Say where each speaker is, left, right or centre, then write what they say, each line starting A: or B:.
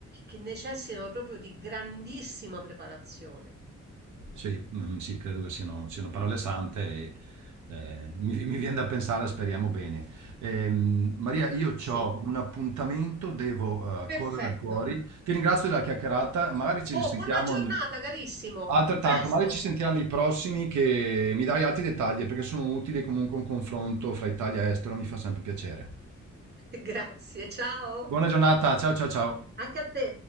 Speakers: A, on the right; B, on the right.
A: che necessitano proprio di grandissima preparazione.
B: Sì, mm, sì, credo che siano, siano parole sante e eh, mi, mi viene da pensare, speriamo bene. Ehm, Maria, io
A: Sì.
B: ho un appuntamento, devo eh,
A: Perfetto.
B: correre fuori. Ti ringrazio della chiacchierata, magari ci
A: Oh,
B: risentiamo
A: buona giornata carissimo.
B: altrettanto,
A: A presto.
B: magari ci sentirà nei prossimi che mi dai altri dettagli perché sono utili comunque un confronto fra Italia e estero, mi fa sempre piacere.
A: <laughs> Grazie, ciao.
B: Buona giornata, ciao ciao ciao.
A: Anche a te.